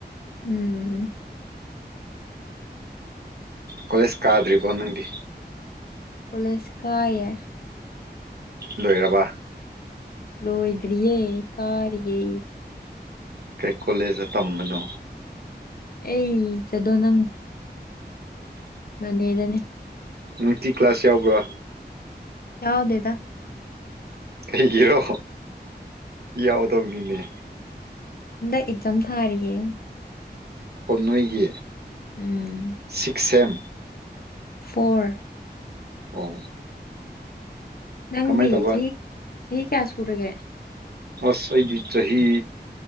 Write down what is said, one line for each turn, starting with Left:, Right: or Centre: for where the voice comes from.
Left: ꯎꯝ
Right: ꯀꯣꯂꯦꯖ ꯀꯥꯗ꯭ꯔꯤꯕꯣ ꯅꯪꯗꯤ
Left: ꯀꯣꯂꯁꯀꯥꯌꯦ
Right: ꯂꯣꯏꯔꯕ
Left: ꯂꯣꯏꯣꯌꯗꯔꯤꯌꯦ ꯀꯥꯔꯤꯌꯦ
Right: ꯀꯩ ꯀꯣꯂꯦꯖꯇ ꯇꯝꯕꯅꯣ
Left: ꯑꯩ ꯆꯗꯣ ꯅꯪ ꯅꯣꯅꯦꯗꯅꯦ
Right: ꯅꯨꯡꯇꯤ ꯀ꯭ꯂꯥꯁ ꯌꯥꯎꯕ꯭ꯔꯥ
Left: ꯌꯥꯎꯗꯦꯗ
Right: ꯀꯩꯒꯤꯔꯣ ꯌꯥꯎꯗꯕꯅꯤꯅꯦ
Left: ꯍꯟꯗ ꯑꯦꯛꯖꯥꯝ ꯊꯥꯔꯤꯌꯦ
Right: ꯄꯣꯟꯅꯣꯏꯒꯤ
Left: ꯎꯝ
Right: ꯁꯤꯛꯁꯦꯝ
Left: ꯐꯣꯔ
Right: ꯑꯣ
Left: ꯅꯪꯗꯤ
Right: ꯀꯃꯥꯏꯅ ꯇꯧꯕ
Left: ꯆꯍꯤ ꯆꯍꯤ ꯀꯌꯥ ꯁꯨꯔꯒꯦ
Right: ꯑꯁ ꯑꯩꯗꯤ ꯆꯍꯤ